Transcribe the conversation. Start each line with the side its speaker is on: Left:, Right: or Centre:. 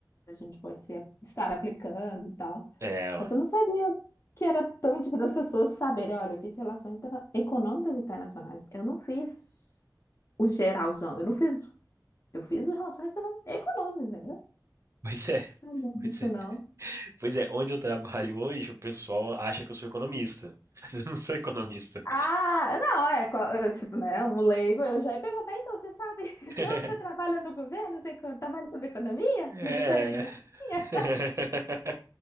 Left: a gente pode ser, estar aplicando e tal.
Right: É, ó.
Left: Mas eu não sabia que era tão difícil das pessoas saberem, olha, eu fiz relações interna- econômicas internacionais, eu não fiz o geralzão, eu não fiz, eu fiz o relações interna- econômicas, entendeu?
Right: pois é, <laughs>
Left: Não, não,
Right: pois
Left: isso
Right: é.
Left: não.
Right: Pois é, onde eu trabalho hoje, o pessoal acha que eu sou economista. <laughs> Mas eu não sou economista.
Left: Ah, não, é, co- eu, tipo, né, um leigo, eu já ia perguntar, então, você sabe <laughs>
Right: <laughs>
Left: onde você trabalha no governo? Você co- trabalha com economia?
Right: É.
Left: Ministério da Economia?
Right: <laughs>